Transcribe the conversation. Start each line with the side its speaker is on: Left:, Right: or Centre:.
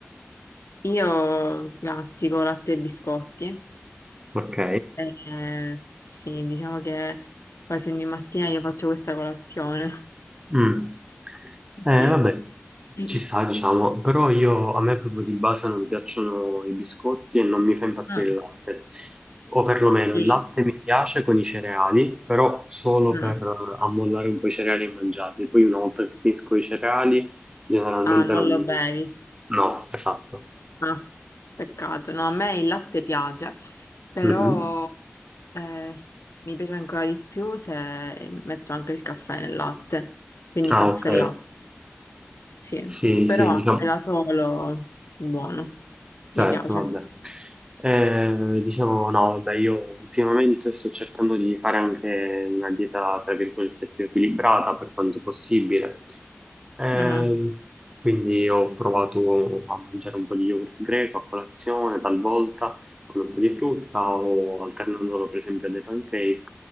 Left: Io classico latte e biscotti.
Right: Ok.
Left: Eh, sì, diciamo che quasi ogni mattina io faccio questa colazione.
Right: Mm. Eh,
Left: Sì.
Right: vabbè,
Left: <clears throat>
Right: ci sta, diciamo, però io a me proprio di base non piacciono i biscotti e non mi fa impazzire
Left: Mm,
Right: il latte, o perlomeno
Left: il
Right: il latte
Left: latte.
Right: mi piace con i cereali, però solo
Left: Mm.
Right: per eh, ammollare un po' i cereali e mangiarli. Poi una volta che finisco i cereali, generalmente
Left: Ah, non
Right: non
Left: lo
Right: mi...
Left: bevi.
Right: No, esatto.
Left: Ah, peccato. No, a me il latte piace, però
Right: Mhm.
Left: eh, mi piace ancora di più se metto anche il caffè nel latte. Quindi
Right: Ah,
Left: caffè
Right: ok.
Left: e latte, sì.
Right: Sì,
Left: Però
Right: sì,
Left: latte
Right: diciamo.
Left: da solo, buono,
Right: Certo,
Left: mi piace.
Right: vabbè. Eh, dicevo, no, vabbè, io ultimamente sto cercando di fare anche una dieta, tra virgolette, più equilibrata per quanto possibile. Ehm,
Left: Mm,
Right: quindi ho provato a mangiare un po' di yogurt greco a colazione, talvolta con un po' di frutta o alternandolo per esempio alle pancake.